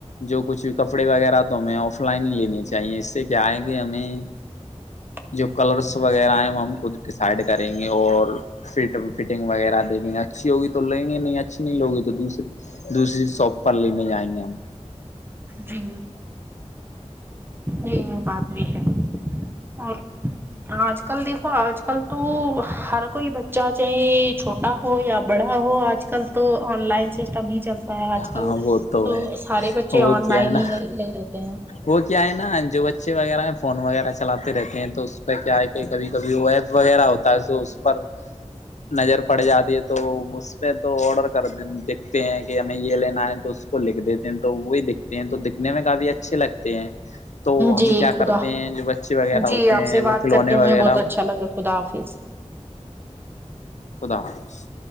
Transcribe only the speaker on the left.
جو کچھ بھی کپڑے وغیرہ تو ہمیں آف لائن ہی لینے چاہیے اس سے کیا آئے گے ہمیں
جو کلرس وغیرہ ہیں وہ ہم خود ڈیسائڈ کریں گے اور فٹ فٹنگ وغیرہ دیکھیں گے اچھی ہوگی تو لگیں گے نہیں اچھی نہیں لوگی تو دوسری دوسری شوپ پر لینے جائیں گے ہم
ہاں وہ
ہے
وہ
کیا
نا
وہ کیا ہے نا جو بچے وغیرہ ہیں فون وغیرہ چلاتے رہتے ہیں تو اس پہ کیا ہے کبھی کبھی وہ ویب وغیرہ ہوتا ہے تو اس پر نظر پڑ جاتی ہے تو اس پہ تو آڈر کر دیکھتے ہیں کہ ہمیں یہ لینا ہے تو اس کو لکھ دیتے ہیں تو وہی دکھتے ہیں تو دکھنے میں کافی اچھے لگتے ہیں تو ہم
کیا
کرتے ہیں جو بچے وغیرہ
ہوتے
ہیں
وہ کھلونے
وغیرہ
خدا حافظ